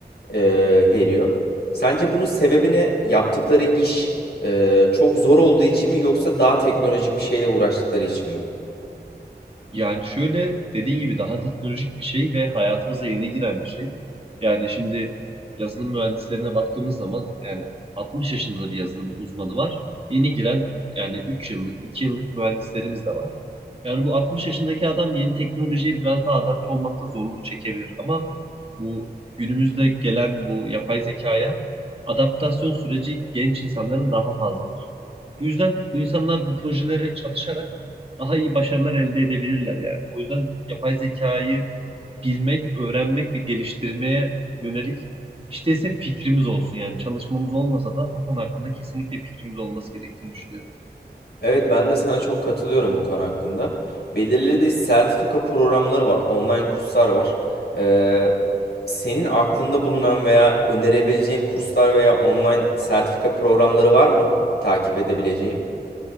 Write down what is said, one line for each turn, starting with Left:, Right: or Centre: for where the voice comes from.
Left: e, veriyor. Sence bunun sebebi ne? Yaptıkları iş e, çok zor olduğu için mi yoksa daha teknolojik bir şeyle uğraştıkları için mi?
Right: Yani şöyle dediğin gibi daha teknolojik bir şey ve hayatımıza yeni giren bir şey. Yani şimdi yazılım mühendislerine baktığımız zaman yani 60 yaşında da bir yazılım uzmanı var. Yeni giren yani 3 yıllık, 2 yıllık mühendislerimiz de var. Yani bu 60 yaşındaki adam yeni teknolojiye biraz daha adapte olmakta zorluk çekebilir ama bu günümüzde gelen bu yapay zekaya adaptasyon süreci genç insanların daha fazladır. Bu yüzden bu insanlar bu projelere çalışarak daha iyi başarılar elde edebilirler yani. O yüzden yapay zekayı bilmek, öğrenmek ve geliştirmeye yönelik işte ise fikrimiz olsun yani çalışmamız olmasa da o konu hakkında kesinlikle fikrimiz olması gerektiğini düşünüyorum.
Left: Evet ben de sana çok katılıyorum bu konu hakkında. Belirli bir sertifika programları var, online kurslar var. Ee, senin aklında bulunan veya önerebileceğin kurslar veya online sertifika programları var mı takip edebileceğim?